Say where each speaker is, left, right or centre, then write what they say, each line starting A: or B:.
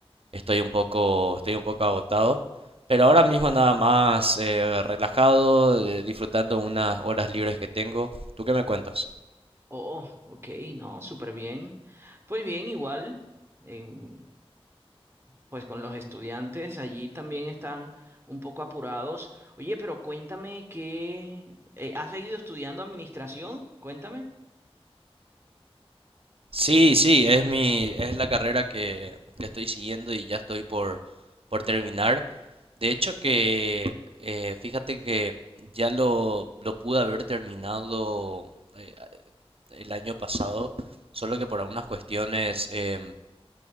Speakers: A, on the right; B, on the right.
A: Estoy un poco, estoy un poco agotado, pero ahora mismo nada más eh, relajado, eh, disfrutando unas horas libres que tengo. ¿Tú qué me cuentas?
B: Oh, oh, ok, no, súper bien. Pues bien, igual, em, pues con los estudiantes allí también están un poco apurados. Oye, pero cuéntame que ¿has seguido estudiando administración? Cuéntame.
A: Sí, sí, es mi, es la carrera que, que estoy siguiendo y ya estoy por, por terminar. De hecho que, eh, fíjate que ya lo, lo pude haber terminado eh, el año pasado, solo que por algunas cuestiones em,